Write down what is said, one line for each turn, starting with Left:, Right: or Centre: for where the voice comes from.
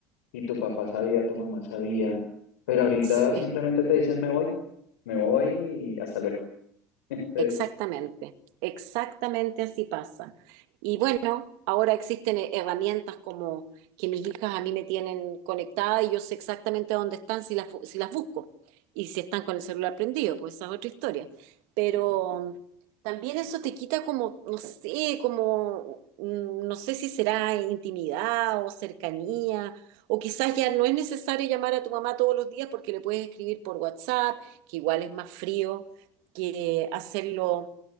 Left: y tu papá sabía, tu mamá sabía, pero ahorita
Right: <laughs> Sí.
Left: simplemente te dicen me voy, me voy y hasta luego. <laughs> Entonces,
Right: Exactamente, exactamente así pasa. Y bueno, ahora existen he- herramientas como que mis hijas a mí me tienen conectada y yo sé exactamente dónde están si las, bu- si las busco y si están con el celular prendido, pues esa es otra historia. Pero también eso te quita como, no sé, como, mm, no sé si será intimidad o cercanía. O quizás ya no es necesario llamar a tu mamá todos los días porque le puedes escribir por WhatsApp, que igual es más frío que hacerlo,